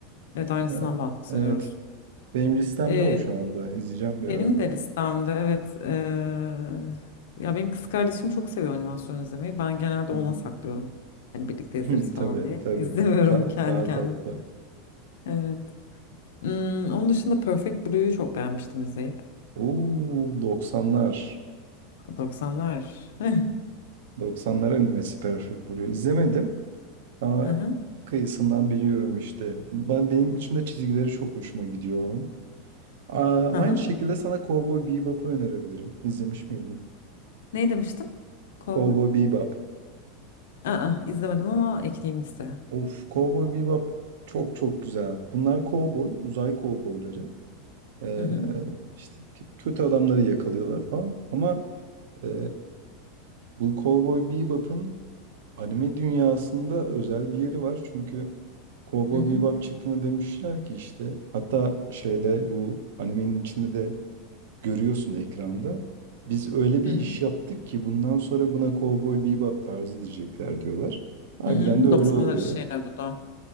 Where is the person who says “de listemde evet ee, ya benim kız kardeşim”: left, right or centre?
Left